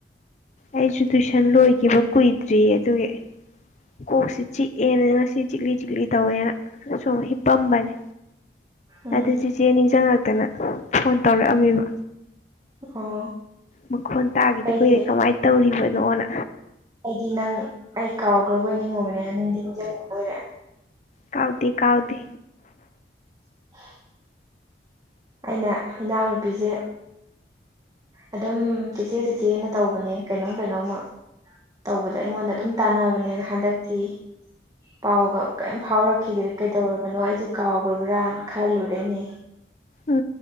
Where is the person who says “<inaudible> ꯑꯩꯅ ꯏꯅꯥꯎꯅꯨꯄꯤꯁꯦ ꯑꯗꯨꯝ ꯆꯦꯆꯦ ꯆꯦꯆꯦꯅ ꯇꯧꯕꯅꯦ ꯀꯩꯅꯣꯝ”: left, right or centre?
Right